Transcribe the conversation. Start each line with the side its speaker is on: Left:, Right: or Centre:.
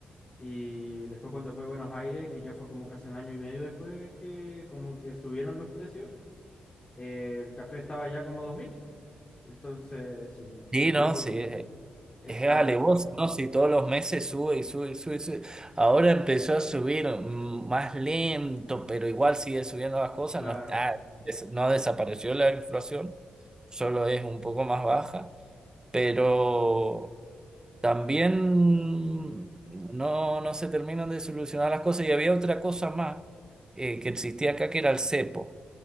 Left: Y después cuando fue a Buenos Aires, que ya fue como casi un año y medio después que como que subieron los precios, eh, el café estaba ya como 2000. po. Entonces, sí,
Right: Sí,
Left: subió
Right: no, sí.
Left: esa,
Right: Es alevoso, ¿no? Si todos los meses sube y sube y sube y sube. Ahora empezó a subir mm, más lento, pero igual sigue subiendo las cosas.
Left: claro,
Right: No está, des- no desapareció la inflación, solo es un poco más baja. Pero también no, no se terminan de solucionar las cosas. Y había otra cosa más eh, que existía acá, que era el cepo.